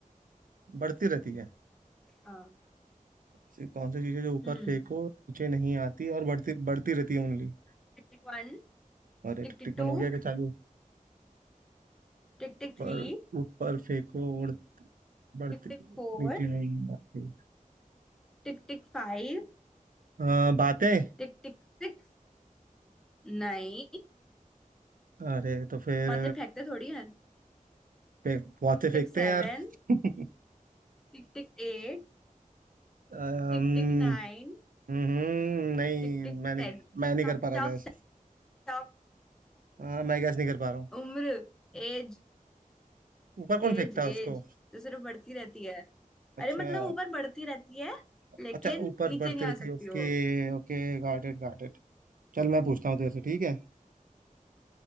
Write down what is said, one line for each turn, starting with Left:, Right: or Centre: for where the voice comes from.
Right: बढ़ती रहती है
Centre: हाँ
Right: कि कौन सी चीजें जो ऊपर
Centre: हम्म
Right: फेंको नीचे नहीं आती और बढ़ती बढ़ती रहती है ओनली
Centre: Tick tick one
Right: और
Centre: Tick tick
Right: टिफिन
Centre: two
Right: हो गया कि चालू
Centre: Tick tick
Right: ऊपर
Centre: three
Right: ऊपर फेंको उड़ बढ़ती
Centre: Tick tick four
Right: नीचे नहीं आती
Centre: Tick tick five
Right: अ, बातें
Centre: Tick tick six नहीं
Right: अरे तो फिर
Centre: बातें फेंकते थोड़ी है
Right: फे- बहुत
Centre: Tick
Right: से फेंकते
Centre: tick seven
Right: हैं यार <laughs>
Centre: Tick tick eight
Right: अम्म,
Centre: Tick tick nine
Right: हम्म, नहीं
Centre: Tick tick
Right: मैं नहीं
Centre: ten
Right: मैं
Centre: Stop
Right: नहीं कर पा
Centre: stop
Right: रहा गैस
Centre: stop
Right: हाँ मैं गैस नहीं कर पा रहा हूँ
Centre: उम्र एज
Right: ऊपर कौन
Centre: एज
Right: फेंकता है उसको
Centre: एज तो सिर्फ बढ़ती रहती है
Right: अच्छा
Centre: अरे मतलब ऊपर बढ़ती रहती है लेकिन
Right: अच्छा ऊपर
Centre: नीचे
Right: बढ़ती
Centre: नहीं आ
Right: रहती
Centre: सकती
Right: है okay
Centre: वो
Right: Okay got it got it चल मैं पूछता हूँ तेरे से ठीक है